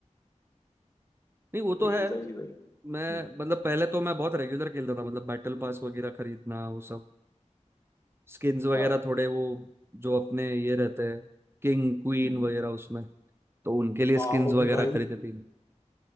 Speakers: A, on the right; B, on the left.
A: नहीं वो
B: तो
A: तो
B: यही
A: है
B: सारी चीजें हैं।
A: मैं
B: हम्म,
A: मतलब पहले तो मैं बहुत रेगुलर खेलता था मतलब बैटल पास वगैरह खरीदना वो सब स्किन्स वगैरह
B: हाँ
A: थोड़े वो जो अपने ये रहते हैं किंग क्वीन
B: हम्म।
A: वगैरह उसमें तो उनके लिए स्किन्स
B: आप
A: वगैरह
B: अभी भाई
A: खरीदती